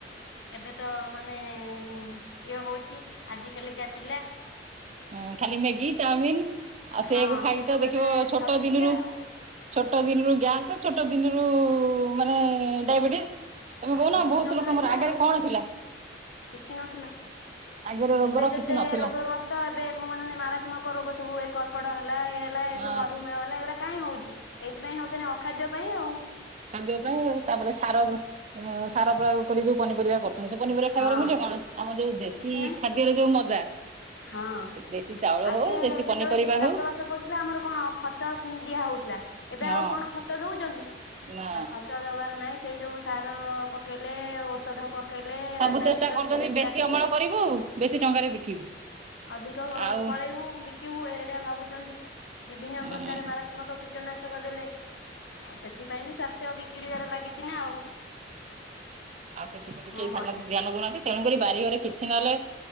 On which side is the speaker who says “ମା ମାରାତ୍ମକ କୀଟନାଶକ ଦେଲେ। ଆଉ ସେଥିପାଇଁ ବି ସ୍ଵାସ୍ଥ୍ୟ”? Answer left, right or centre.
Left